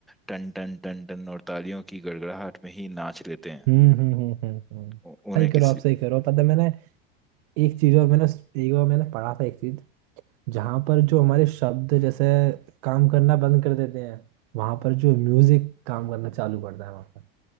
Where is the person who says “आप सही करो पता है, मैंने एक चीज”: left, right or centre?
Right